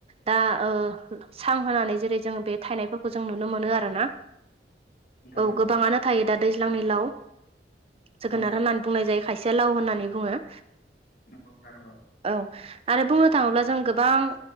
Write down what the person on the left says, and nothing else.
नंगौ
नंगौ
नंगौ नोंथां नगौ।